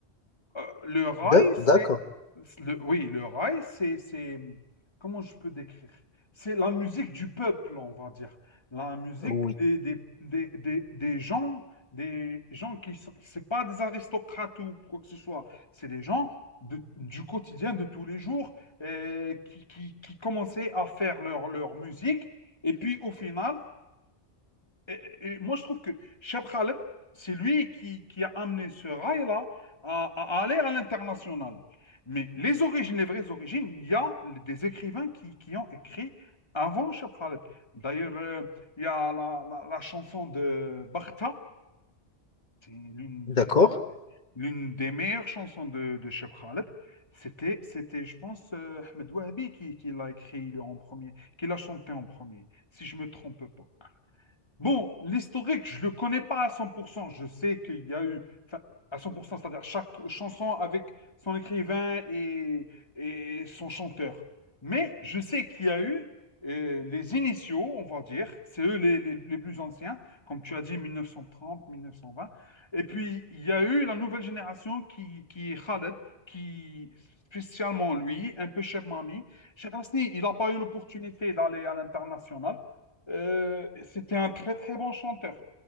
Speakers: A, on the left (about 25°); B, on the left (about 40°).
A: Euh, le rail,
B: D'ac-
A: c'est...
B: D'accord.
A: Le, oui, le rail, c'est, c'est... Comment je peux décrire? C'est la musique du peuple, on va dire. La musique
B: Oui,
A: des, des, des, des, des gens, des gens qui sont... C'est pas des aristocrates ou quoi que ce soit. C'est des gens de- du quotidien, de tous les jours, euh, qui, qui, qui commençaient à faire leur, leur musique. Et puis, au final, et, et moi, je trouve que Cheb Khaled, c'est lui qui, qui a amené ce rail-là à, à aller à l'international. Mais les origines, les vraies origines, il y a des écrivains qui, qui ont écrit avant Cheb Khaled. D'ailleurs, euh, il y a la, la- la chanson de Bakhta, c'est l'une
B: d'accord,
A: des, l'une des meilleures chansons de, de Cheb Khaled. C'était, c'était, je pense, euh, Ahmed Wahabi qui, qui l'a écrit en premier, qui l'a chanté en premier, si je ne me trompe pas. Bon, l'historique, je le connais pas à 100%. Je sais qu'il y a eu, enfin, à 100%, c'est-à-dire chaque chanson avec son écrivain et, et son chanteur. Mais je sais qu'il y a eu euh, les initiaux, on va dire, c'est eux les, les- les plus anciens, comme tu as dit, 1930, 1920. Et puis, il y a eu la nouvelle génération qui, qui est Khaled, qui, spécialement lui, un peu Cheb Mami. Cheb Hasni, il n'a pas eu l'opportunité d'aller à l'international. Euh, c'était un très très bon chanteur.